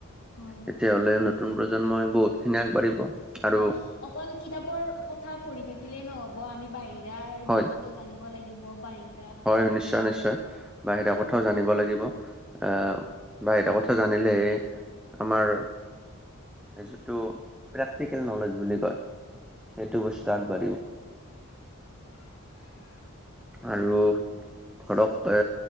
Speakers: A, on the left; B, in the centre.
A: হয়
B: তেতিয়া হ'লে নতুন প্ৰজন্মই বহুত খিনি আগবাঢ়িব। আৰু
A: হয় অকল কিতাপৰ কথা পঢ়ি থাকিলেই নহ'ব আমি বাহি ৰাৰ
B: হয়
A: দিশতো জানিব লাগিব বাহিৰা,
B: হয় নিশ্চয়
A: অ
B: নিশ্চয় বাহিৰা
A: হয়।
B: কথাও জানিব লাগিব আহ বাহিৰা
A: হয়
B: কথা জানিলেহে আমাৰ যিটো প্ৰেক্টিকেল নলেজ বুলি কয় সেইটো বস্তু
A: হয়।
B: আগবাঢ়িব
A: <inaudible>
B: আৰু ধৰক এ